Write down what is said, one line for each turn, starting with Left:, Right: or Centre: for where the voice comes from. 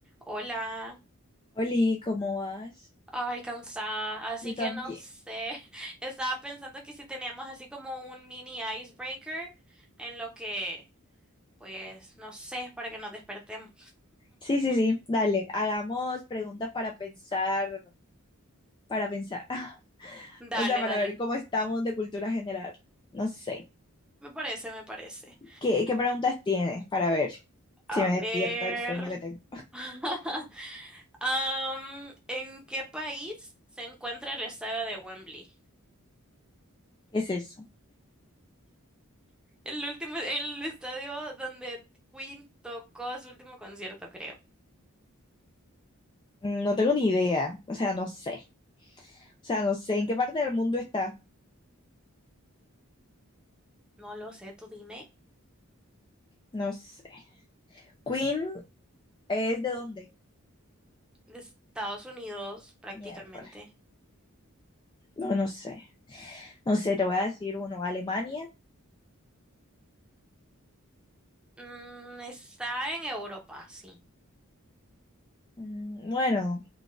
Centre: Hola,
Left: Oli, ¿cómo vas?
Centre: ay, cansada, así
Left: Yo
Centre: que
Left: también.
Centre: no sé, <laughs> estaba pensando que si teníamos así como un mini icebreaker en lo que, pues, no sé, para que nos despertemos.
Left: Sí, sí, sí, dale, hagamos preguntas para pensar, para pensar, <laughs>
Centre: Dale,
Left: o sea, para
Centre: dale,
Left: ver cómo estamos de cultura general. No sé,
Centre: me parece, me parece.
Left: ¿qué, qué preguntas tienes para ver
Centre: A
Left: si me
Centre: ver,
Left: despierto del sueño que tengo?
Centre: <laughs> Am, ¿en qué país se encuentra el estadio de Wembley?
Left: ¿Qué es eso?
Centre: El último, el estadio donde Queen tocó su último concierto, creo.
Left: Mm, No tengo ni idea, o sea, no sé, o sea, no sé en qué parte del mundo está,
Centre: No lo sé, tú dime.
Left: no sé. ¿Queen es de dónde?
Centre: de Estados Unidos prácticamente.
Left: Miércoles, no, no sé, no sé, te voy a decir uno, Alemania,
Centre: Mm, está en Europa, sí.
Left: Mm, bueno.